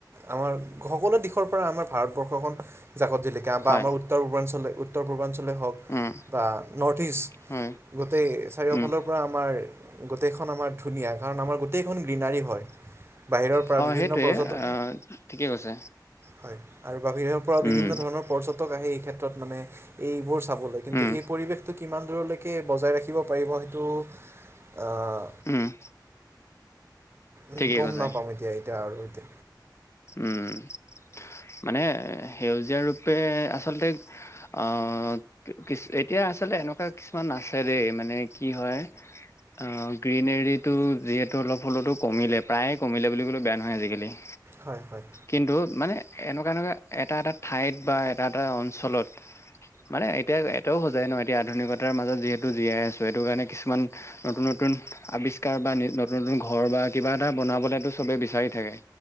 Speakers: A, on the right; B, on the left.
A: আমাৰ সকলো- দিশৰ পৰা আমাৰ ভাৰতবৰ্ষখন জাকত জিলিকা বা
B: হয়,
A: আমাৰ উত্তৰ পূৰ্বাঞ্চলে উত্তৰ পূৰ্বাঞ্চল- হওক
B: উম,
A: বা নৰ্থ ইষ্ট
B: হয়,
A: গোটেই চাৰিওফালৰ
B: উম,
A: পৰা আমাৰ- গোটেইখন আমাৰ ধুনীয়া কাৰণ আমাৰ গোটেইখন গ্ৰীনাৰী হয় বাহিৰৰ পৰা
B: হয়
A: বিভিন্ন
B: সেইটোৱে
A: পৰ্যটক
B: ঠিকে কৈছে
A: হয় আৰু বাহিৰৰ পৰা বিভিন্ন
B: উম,
A: ধৰণৰ পৰ্যটক আহে এই ক্ষেত্ৰত মানে এইবোৰ- কিন্তু
B: উম,
A: এই পৰিৱেশটো কিমান দূৰলৈকে বজাই ৰাখিব পাৰিব সেইটো- আহ
B: উম-
A: উ
B: ঠিকেই
A: গম
B: কৈছে।
A: নাপাম এতিয়া এতিয়া আৰু এতিয়া-
B: উম- মানে সেউজীয়া ৰূপে আচলতে আহ কিছু এতিয়া- আচলতে এনেকোৱা কিছুমান আছে দেই মানে কি হয় অ গ্ৰীনেৰীটো যিহেতু অলপ হলেতো কমিলে প্ৰায়ে কমিলে বুলি ক'লেও বেয়া নহয় আজিকালি-
A: হয় হয়।
B: কিন্তু মানে এনেকোৱা এনেকোৱা এটা এটা ঠাইত বা এটা এটা অঞ্চলত মানে এতিয়া এটাও সজায় নহয় এতিয়া আধুনিকতাৰ মাজত যিহেতু জীয়াই আছো এইটো কাৰণে কিছুমান নতুন নতুন- আৱিষ্কাৰ বা নতুন নতুন ঘৰ বা কিবা এটা বনাবলেতো চবে বিচাৰি থাকে